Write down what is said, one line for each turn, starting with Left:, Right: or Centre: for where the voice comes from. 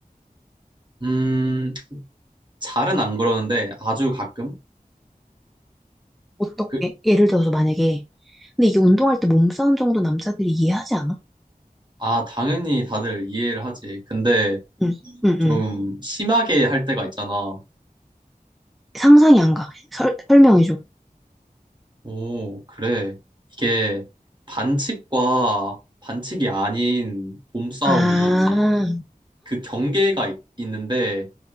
Right: 음, 잘은 안 그러는데 아주 가끔?
Centre: 어떻게?
Right: 그,
Centre: 예를 들어서 만약에 근데 이게 운동할 때 몸싸움 정도 남자들이 이해하지 않아?
Right: 아, 당연히 다들 이해를 하지. 근데
Centre: 응. 응.
Right: 좀
Centre: 응.
Right: 심하게 할 때가 있잖아.
Centre: 상상이 안 가. 설, 설명해줘.
Right: 오, 그래. 이게 반칙과 반칙이 아닌 몸싸움이
Centre: 아,
Right: 그 경계가 있, 있는데